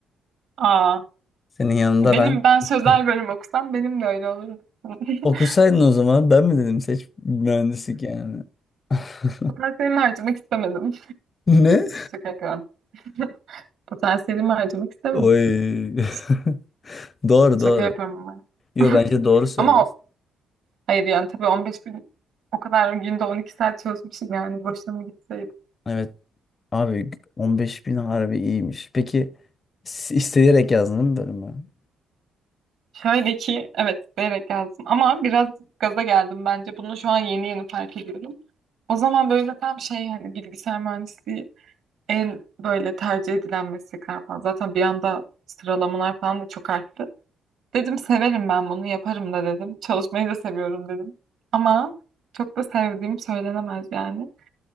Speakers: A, on the right; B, on the left.
A: Aa.
B: Senin yanında
A: Benim
B: ben
A: ben sözel
B: <laughs>
A: bölüm okusam benim de öyle olur. <laughs>
B: Okusaydın o zaman ben mi dedim seç mühendislik yani. <laughs>
A: Potansiyelimi harcamak istemedim.
B: Ne?
A: Şaka yapıyorum. <laughs> Potansiyelimi harcamak istemedim.
B: Oy. <laughs>
A: Ş-
B: Doğru
A: Şaka
B: doğru.
A: yapıyorum ama.
B: Yo bence
A: <laughs>
B: doğru söylüyorsun.
A: Ama o, hayır yani tabii 15 gün o kadar günde 12 saat çalışmışım yani boşuna mı gitseydim.
B: Evet abi 15 bin harbi iyiymiş. Peki s- isteyerek yazdın değil mi bölümü?
A: Şöyle ki evet isteyerek yazdım ama biraz gaza geldim bence. Bunu şu an yeni yeni fark ediyorum. O zaman böyle tam şey hani bilgisayar mühendisliği en böyle tercih edilen meslekler falan. Zaten bir anda sıralamalar falan da çok arttı. Dedim severim ben bunu yaparım da dedim. Çalışmayı da seviyorum dedim. Ama çok da sevdiğim söylenemez yani.